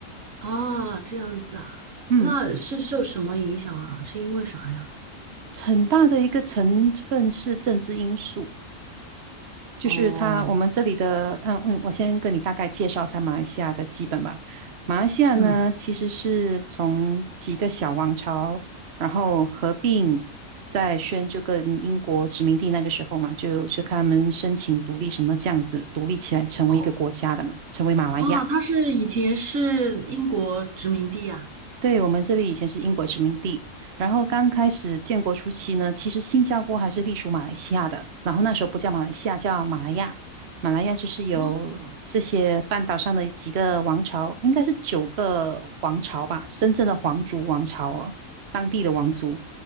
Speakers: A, on the right; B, on the right.
A: 啊，这样子啊，
B: 嗯，
A: 那是受什么影响啊？是因为啥呀？
B: 很大的一个成分是政治因素。就是他，
A: 哦，
B: 我们这里的，嗯嗯，我先跟你大概介绍一下马来西亚的基本吧。马来西亚呢，
A: 嗯，
B: 其实是从几个小王朝，然后合并，在宣就跟英国殖民地那个时候嘛，就就看他们申请独立什么这样子，独立起来成为一个国家的嘛，
A: 哦，
B: 成为马来亚。
A: 啊，他是以前是英国殖民地呀、
B: 对，我们这边以前是英国殖民地，然后刚开始建国初期呢，其实新加坡还是隶属马来西亚的，然后那时候不叫马来西亚，叫马来亚。马来亚就是由这些半岛上的几个王朝，
A: 哦，
B: 应该是九个王朝吧，真正的皇族王朝哦，当地的王族，